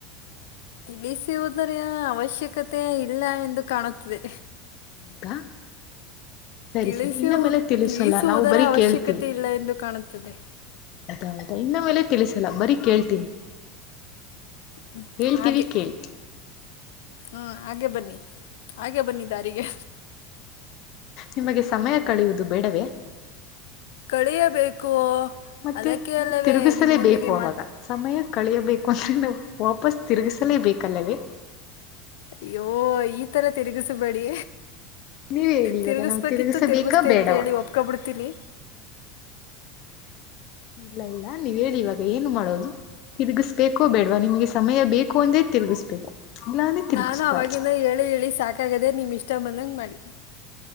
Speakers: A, on the left; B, on the left.
A: ತಿಳಿಸುವುದರ ಅವಶ್ಯಕತೆ ಇಲ್ಲ ಎಂದು ಕಾಣುತ್ತದೆ.
B: ಹೌದಾ ಸರಿ
A: ತಿಳಿಸು
B: ಸರಿ ಇನ್ನ್ ಮೇಲೆ ತಿಳಿಸಲ್ಲ
A: ತಿಳಿಸುವುದರ
B: ನಾವು ಬರೀ
A: ಅವಶ್ಯಕತೆ
B: ಕೇಳ್ತೀವಿ.
A: ಇಲ್ಲ ಎಂದು ಕಾಣುತ್ತದೆ.
B: ಹೌದಾ ಹೌದಾ ಇನ್ನ ಮೇಲೆ ತಿಳಿಸಲ್ಲ ಬರೀ ಕೇಳ್ತೀವಿ.
A: ಹ್ಮ
B: ಹೇಳ್ತೀವಿ
A: ಹಾಗೆ.
B: ಕೇಳ್ತೀವಿ
A: ಹ್ಮ್ ಹಾಗೆ ಬನ್ನಿ ಹಾಗೆ ಬನ್ನಿ ದಾರಿಗೆ.
B: ನಿಮಗೆ ಸಮಯ ಕಳಿಯುವುದು ಬೇಡವೇ.
A: ಕಳೆಯಬೇಕು.
B: ಮತ್ತೆ
A: ಅದಕ್ಕೆ
B: ನಾವು
A: ಅಲ್ಲವೇ
B: ತಿರುಗಿಸಲೇಬೇಕು
A: ನಿಮ್ಮೊಂದಿಗೆ
B: ಅವಾಗ.
A: ಮಾತು
B: ಸಮಯ ಕಳಿಯಬೇಕು ಅಂದ್ರೆ ನಾವು ವಾಪಸ್ ತಿರುಗಿಸಲೇಬೇಕಲ್ಲವೇ.
A: ಐಯೋ ಈ ತರ ತಿರುಗಿಸಬೇಡಿ.
B: ನೀವ ಹೇಳಿ
A: ತಿರುಗಿಸ್ಬೇಕಿತ್ತು
B: ಇವಾಗ ನಾವು ತಿರುಗಿಸಬೇಕಾ
A: ತಿರ್ಗುಸದೇ
B: ಬೇಡವಾ
A: ಅಂತ ಹೇಳಿ ಒಪ್ಪಕೊ ಬಿಡ್ತೀನಿ.
B: ಇಲ್ಲ ಇಲ್ಲ ನೀವ್ ಹೇಳಿ ಇವಾಗ ಏನು ಮಾಡೋದು. ತಿರುಗಿಸ್ಬೇಕೋ ಬೇಡವಾ ನಿಮಗೆ ಸಮಯ ಬೇಕು ಅಂದ್ರೇ ತಿರುಗಿಸ್ಬೇಕು. ಇಲ್ಲಾಂದ್ರೆ ತಿರುಗಿಸ್ಬಾರ್ದು
A: ನಾನು ಅವವಾಗಿಂದ ಹೇಳಿ ಹೇಳಿ ಸಾಕಾಗದೆ ನಿಮ್ಮ್ ಇಷ್ಟ ಬಂದಂಗೆ ಮಾಡಿ.